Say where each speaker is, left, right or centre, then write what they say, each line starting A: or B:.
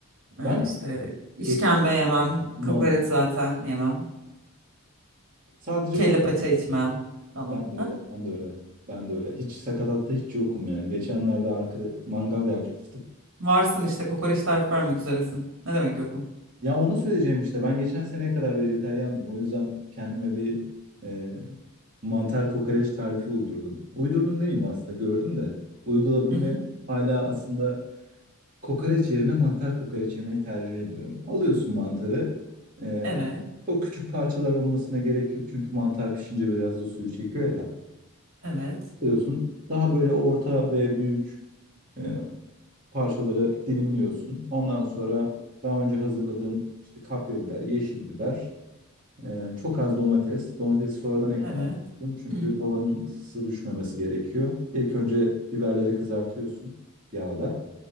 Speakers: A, on the right (about 65°); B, on the right (about 35°).
A: Ee,
B: Ben
A: işte işkembe
B: geçen...
A: yemem,
B: No.
A: kokoreç zaten yemem.
B: Sadece
A: Kelle
B: kok...
A: paça içmem falan.
B: Ben de öyle, ben de öyle. Ben de öyle. Hiç sakatatta hiç yokum yani. Geçenlerde arkada mangal yaktık.
A: Varsın işte kokoreç tarifi vermek üzeresin. Ne demek yok mu?
B: Ya onu söyleyeceğim işte. Ben geçen seneye kadar vejetaryandım. O yüzden kendime bir e, mantar kokoreç tarifi uydurdum. Uydurdum demeyeyim aslında gördüm de. Uyguladım
A: Hı hı.
B: ve hala aslında kokoreç yerine mantar kokoreç yemeyi tercih ediyorum. Alıyorsun mantarı. e,
A: Evet,
B: çok küçük parçalar olmasına gerek yok. Çünkü mantar pişince biraz da suyu çekiyor ya.
A: evet,
B: Alıyorsun. Daha böyle orta ve büyük e, parçaları dilimliyorsun. Ondan sonra daha önce hazırladığın işte kapya biber, yeşil biber, e, çok az domates. Domatesi sonradan eklemen
A: evet.
B: lazım çünkü
A: Hı hı.
B: tavanın ısısı düşmemesi gerekiyor. İlk önce biberleri kızartıyorsun yağda.